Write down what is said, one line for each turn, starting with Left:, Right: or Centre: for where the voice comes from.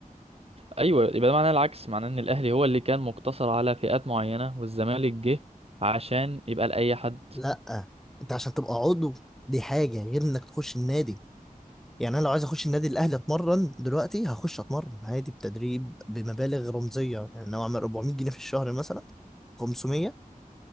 Right: أيوه يبقى ده معناه العكس معناه إن الأهلي هو اللي كان مقتصر على فئات معينة والزمالك جه عشان يبقى لأي حد
Centre: لا انت عشان تبقى عضو دي حاجه غير انك تخش النادي يعني انا لو عايز اخش النادي الاهلي اتمرن دلوقتي هخش اتمرن عادي بتدريب بمبالغ رمزيه يعني لو اعمل 400 جنيه في الشهر مثلا 500